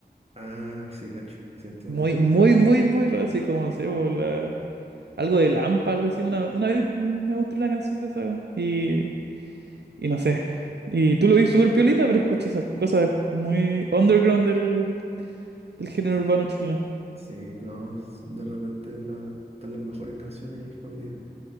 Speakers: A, on the right; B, on the right.
A: Ah, sí, cacho, sí entiendo.
B: muy, muy, muy, muy raros, así como, no sé, por la- algo de Lampa, algo así. Una, una vez me mostró una canción de esa y, y no sé. Y tú lo ves súper piolita, pero escuchas esas cosas muy underground del, del género urbano chileno.
A: Sí, no, s- de repente la, están las mejores canciones ahí escondidas,